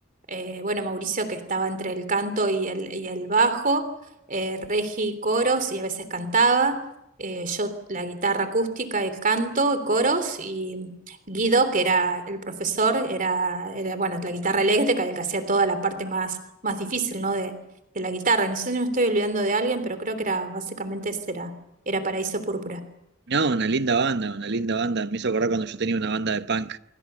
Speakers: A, on the right; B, on the right.
A: eh, bueno, Mauricio que estaba entre el canto y el, y el bajo, eh, Regi coros y a veces cantaba, eh, yo la guitarra acústica, el canto, coros Guido, que era el profesor, era, era, bueno, la guitarra eléctrica, el que hacía toda la parte más, más difícil, ¿no? De, de la guitarra. Y No sé si me estoy olvidando de alguien, pero creo que era básicamente ese era, era Paraíso Púrpura.
B: No, una linda banda, una linda banda. Me hizo acordar cuando yo tenía una banda de punk,